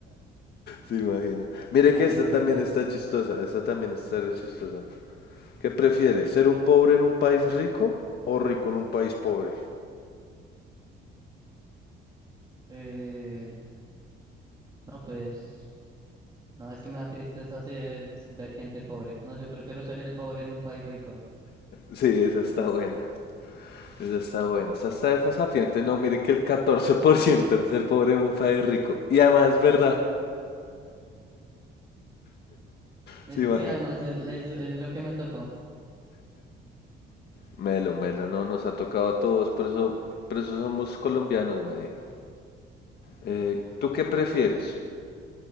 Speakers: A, on the left; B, on the right.
A: Se imagina. Mire
B: A
A: que
B: ver,
A: esta
B: sigues
A: también
B: tú.
A: está chistosa, esta también está re chistosa. ¿Qué prefiere? ¿Ser un pobre en un país rico o rico en un país pobre?
B: Eh, no, pues... No, es que me da tristeza hacer, ver gente pobre. No, yo prefiero ser el pobre en un país rico.
A: Sí, esa está buena. Esa está buena. Esa está de fasapiente. No, mire que el 14% ser pobre en un país rico. Y además es verdad.
B: Eh,
A: Se imagina.
B: sí, además es, es, es lo que me tocó.
A: Melo, melo, no, nos ha tocado a todos. Por eso, por eso somos colombianos, me diga. Eh, ¿Tú qué prefieres?